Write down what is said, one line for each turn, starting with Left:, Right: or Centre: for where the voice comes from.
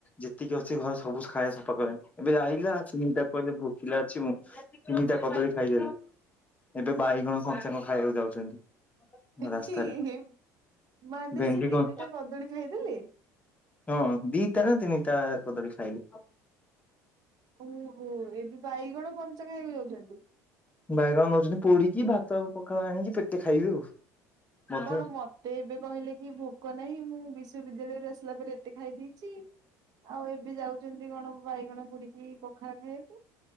Left: ଯେତିକି ଅଛି ଘରେ ସବୁ ଖାଇଆ ସଫା କରେ, ଏବେ ଆଇିଲା ଚିନିଟା କହିଲେ ଭୋକିଲା ଅଛି ମୁଁ ତିନିଟା କଦଳୀ ଖାଇଦେଲେ, ଏବେ ବାଇଗଣ କଞ୍ଚା କଁ ଖାଇବାକୁ ଯାଉଛନ୍ତି?
Right: ଇହି
Left: ରାସ୍ତାରେ
Right: ହି ହି ମାନେ
Left: ଭେଣ୍ଡି
Right: ସିଏ
Left: କଣ
Right: ତିନିଟା କଦଳୀ ଖାଇଦେଲେ?
Left: ହଁ ଦିଟା ନା ତିନିଟା କଦଳୀ ଖାଇଲେ।
Right: ଓହୋ ଏବେ ବାଇଗଣ କଞ୍ଚା ଖାଇଆକୁ ଯାଉଛନ୍ତି?
Left: ବାଇଗଣ ନୋଉଛନ୍ତି ପୋଡିକି ଭାତ ପଖାଳ ଆଣିକି ପେଟେ ଖାଇବି ଆଉ। ମଧ୍ୟ
Right: କଣ ମତେ ଏବେ କହିଲେ କି ଭୋକ ନାହିଁ ମୁଁ ବିଶ୍ଵବିଦ୍ୟାଳୟରୁ ଆସିଲା ପରେ ଏତେ ଖାଇ ଦେଇଚି। ଆଉ ଏବେ ଯାଉଚନ୍ତି କଣ ବାଇଗଣ ପୋଡିକି ପଖାଳ ଖାୟାକୁ?